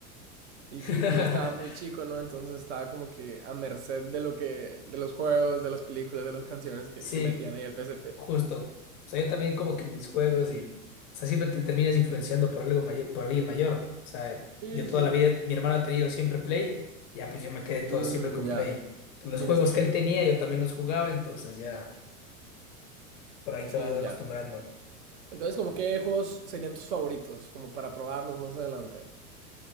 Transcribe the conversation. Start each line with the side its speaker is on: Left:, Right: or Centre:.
Right: Y
Left: <laughs>
Right: sí, pues yo estaba muy chico, ¿no? Entonces estaba como que a merced de lo que, de los juegos, de las películas, de las canciones que,
Left: sí,
Right: que metían ahí el P S P
Left: justo. O sea, yo también como que mis juegos y, o sea, siempre te terminas influenciando por algo mayor, por alguien mayor. O sea,
Right: Sí,
Left: yo toda
Right: sí.
Left: la vida mi hermano ha tenido siempre Play, ya pues yo me quedé todo
Right: Mm,
Left: siempre con
Right: ya,
Left: Play. Los
Right: tiene
Left: juegos
Right: sentido.
Left: que él tenía yo también los jugaba, entonces ya por ahí
Right: Sí,
Left: te vas acostumbrando.
Right: ya. Entonces, como qué juegos serían tus favoritos, como para probarlos más adelante.